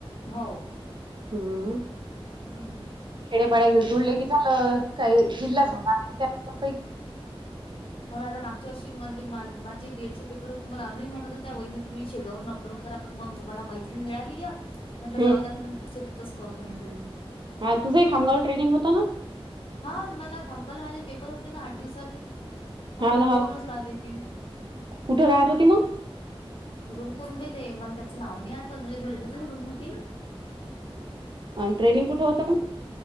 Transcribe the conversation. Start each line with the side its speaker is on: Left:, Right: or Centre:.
Left: हौव.
Right: हम्म
Left: हम्म
Right: खेडेपाड्या जुळले कि झालं. काही जिल्हा.
Left: हो
Right: <unintelligible>
Left: होणं आता मागच्या वर्षी म्हणजे माझे डीएड चे पेपर होते, मला अनू ही म्हणतं होत्या. वहिनी तुम्ही शेगांव वरून अपडाऊन करा. पण मग मला मैत्रीण मिळालीय, म्हटलं
Right: हम्
Left: जाऊ द्या म्हटलं, मी टिचर तिथंच करतो म्हटलं मी.
Right: हा तुझं ही खांब गावं ट्रेनिंग होता ना.
Left: हा मला काम कालं माझे पेपर होते ना आठ दिवसा ते. म
Right: हा
Left: मी
Right: ना
Left: रूम
Right: हा
Left: करूनच राहिली ती.
Right: कुठं राहत होती मग
Left: रूम करून भेेते मला त्यांचं नाव नाही आठवत म्हणजे घरगुती रूम होती.
Right: <inaudible> ट्रेनिंग कुठं होतं मग